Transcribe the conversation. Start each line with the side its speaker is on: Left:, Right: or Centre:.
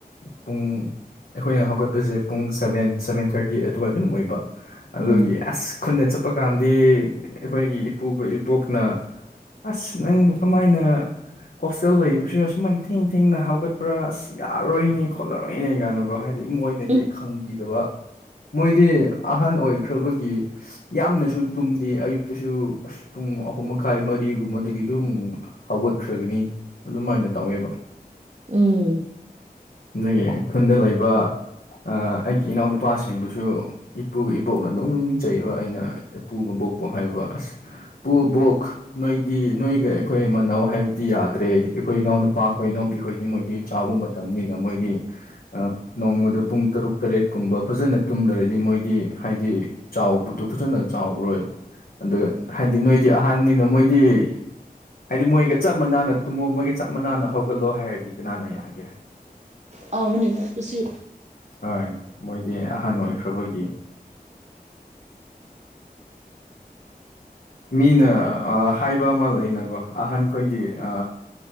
Left: ꯄꯨꯡ ꯑꯩꯈꯣꯏꯅ ꯍꯧꯒꯠꯄꯁꯦ ꯄꯨꯡ ꯁꯚꯦꯟ ꯁꯚꯦꯟ ꯊꯥꯔꯇꯤ ꯑꯗꯨꯋꯥꯏ ꯑꯗꯨꯝ ꯑꯣꯏꯕ ꯑꯗꯨꯒꯤ
Right: ꯎꯝ
Left: ꯑꯁ ꯈꯨꯟꯗ ꯆꯠꯄ ꯀꯥꯟꯗꯤ ꯑꯩꯈꯣꯏꯒꯤ ꯏꯄꯨꯒ ꯏꯕꯣꯛꯅ ꯑꯁ ꯅꯪꯕꯨ ꯀꯃꯥꯏꯅ ꯍꯣꯁꯇꯦꯜ ꯂꯩꯕꯁꯨ ꯑꯁꯨꯃꯥꯏꯅ ꯊꯦꯡ ꯊꯦꯡꯅ ꯍꯧꯒꯠꯄ꯭ꯔꯥ ꯑꯁ ꯌꯥꯔꯣꯏꯅꯦ ꯈꯣꯠꯂꯔꯣꯏꯅꯦ ꯀꯥꯢꯅꯀꯣ ꯍꯥꯏꯗꯤ ꯃꯣꯏꯅꯗꯤ
Right: ꯎꯝ
Left: ꯈꯪꯕꯤꯗꯕ ꯃꯣꯏꯗꯤ ꯑꯍꯟ ꯑꯣꯏꯈ꯭ꯔꯕꯒꯤ ꯌꯥꯝꯅꯁꯨ ꯇꯨꯝꯗꯦ ꯑꯌꯨꯛꯇꯁꯨ ꯄꯨꯡ ꯑꯍꯨꯝ ꯃꯈꯥꯏ ꯃꯔꯤꯒꯨꯝꯕꯗꯒꯤ ꯑꯗꯨꯝ ꯍꯧꯒꯠ ꯈ꯭ꯔꯒꯅꯤ ꯑꯗꯨꯃꯥꯏꯅ ꯇꯧꯋꯦꯕ
Right: ꯎꯝ
Left: ꯅ‌ꯣꯏꯒꯤ ꯈꯨꯟꯗ ꯂꯩꯕ ꯑꯩꯒꯤ ꯑ ꯏꯅꯥꯎꯅꯨꯄꯥꯁꯤꯡꯗꯨꯁꯨ ꯏꯄꯨꯒ ꯏꯕꯣꯛꯅ ꯑꯗꯨꯝ ꯆꯩꯕ ꯑꯩꯅ ꯏꯄꯨ ꯏꯕꯣꯛꯄꯨ ꯍꯥꯏꯕ ꯑꯁ ꯄꯨ ꯕꯣꯛ ꯅꯣꯏꯗꯤ ꯅꯣꯏꯒ ꯑꯩꯈꯣꯏ ꯃꯅꯧ ꯍꯥꯏ ꯌꯥꯗ꯭ꯔꯦ ꯑꯩꯈꯣꯏ ꯏꯅꯥꯎ ꯅꯨꯄꯥ ꯈꯣꯏ ꯏꯅꯥꯎꯄꯤꯈꯣꯏꯗꯤ ꯃꯣꯏꯗꯤ ꯆꯥꯎꯕ ꯃꯇꯝꯅꯤꯅ ꯃꯣꯏꯗꯤ ꯅꯣꯡꯃꯗ ꯄꯨꯡ ꯇꯔꯨꯛ ꯇꯔꯦꯠꯀꯨꯝꯕ ꯐꯖꯅ ꯇꯨꯝꯗ꯭ꯔꯗꯤ ꯃꯣꯏꯗꯤ ꯍꯥꯏꯗꯤ ꯆꯥꯎꯕꯗꯨ ꯐꯖꯅ ꯆꯥꯎꯔꯣꯏ ꯑꯗꯨꯒ ꯍꯥꯏꯗꯤ ꯅꯣꯏꯗꯤ ꯑꯍꯟꯅꯤꯅ ꯃꯣꯏꯗꯤ ꯍꯥꯏꯗꯤ ꯃꯣꯏꯒ ꯆꯞ ꯃꯥꯟꯅ ꯇꯨꯝꯃꯣ ꯃꯣꯢꯒ ꯆꯞ ꯃꯥꯟꯅꯅ ꯍꯧꯒꯠꯂꯣ ꯍꯥꯢꯔꯗꯤ ꯀꯅꯥꯅ ꯌꯥꯒꯦꯔꯥ
Right: ꯍꯥꯎꯕꯅꯤꯕ ꯑꯗꯨꯁꯨ
Left: ꯍꯣꯏ ꯃꯣꯏꯗꯤ ꯑꯍꯟ ꯑꯣꯏꯈ꯭ꯔꯕꯒꯤ ꯃꯤꯅ ꯑ ꯍꯥꯏꯕ ꯑꯃ ꯂꯩꯅꯀꯣ ꯑꯍꯟꯈꯣꯏꯗꯤ ꯑ